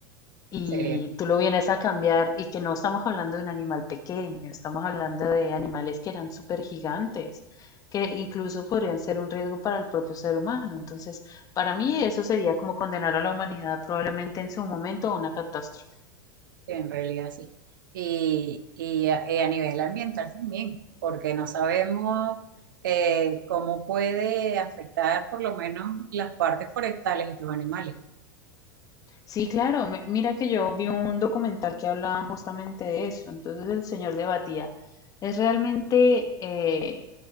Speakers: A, on the left; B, on the right.
A: y
B: Sería
A: tú lo vienes a cambiar, y que no estamos hablando de un animal pequeño, estamos hablando de animales que eran súper gigantes, que incluso podrían ser un riesgo para el propio ser humano. Entonces, para mí eso sería como condenar a la humanidad probablemente en su momento a una catástrofe.
B: en realidad sí. Y, y a, y a nivel ambiental también, porque no sabemos eh, cómo puede afectar por lo menos las partes forestales y tus animales.
A: Sí, claro, mi- mira que yo vi un documental que hablaba justamente de eso, entonces el señor debatía, ¿es realmente eh,